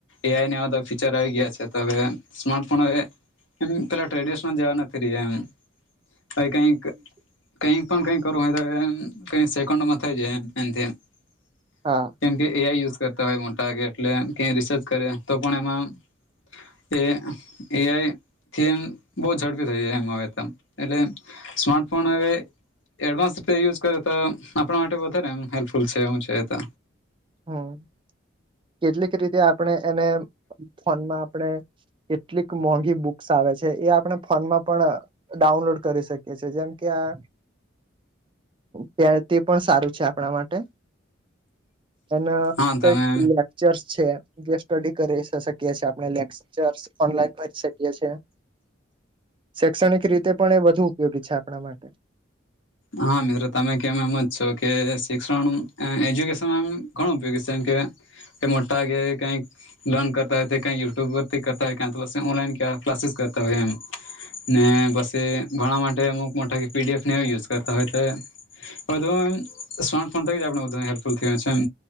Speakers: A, on the left; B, on the right.
A: એઆઈ નવા તો ફીચાર આવી ગયા છે ત સ્માર્ટફોન હવે એમ પેલા ટ્રેડિશનલ જેવા નથી રહ્યા એમ ભ કઈક
B: <inaudible>
A: <inaudible>
B: હા
A: કેમ કે એઆઈ યુઝ કરતા હોય મોટા કે એટલે કે રિસર્ચ કરે તો પણ એમાં એ એઆઈથી એમ બહુ ઝડપી થઈ એમ હ એટલે સ્માર્ટફોન હવે એડવાન્સ યુઝ <unintelligible> આપણા માટે વધારે એમ હેલ્પફુલ છે એમ જોઈતો
B: હમ કેટલીક રીતે આપણે એને ફોનમાં આપણે કેટલીક મોંઘી બુક્સ આવે છે એ આપણે ફોનમાં પણ ડાઉનલોડ કરી શકીએ છી જેમ કે આ ત્યારે તે પણ સારું છે આપણા માટે એના
A: હા
B: કઈક
A: તમે
B: લેકચર્સ છે જે સ્ટડી કરી શકીએ છીએ આપણે લે લેક્ચર ઓનલાઈન કરી શકીએ છીએ શૈક્ષણિક રીતે પણ એ વધુ ઉપયોગી છે આપણા માટે
A: હા મિત્રો તમે કેમ એમ જ છેકે શિક્ષણ એજ્યુકેશનમાં એ ઘણો ઉપયોગી છે જેમકે એ મોટા કેે કઈ લોન કરતા હોય તે કંઈ યુટ્યુબ પરથી કરતા હોય ક તો બ ઓનલાઈન ક્લાસીસ કરતા હોય એમ ને પછી ઘણા માટે અમુક મોટા પીડીએફ ને યુઝ કરતા હોય તો બધું એમ સ્માર્ટફોન થકી જ આપણે બધું હેલ્પફુલ થય છે એમ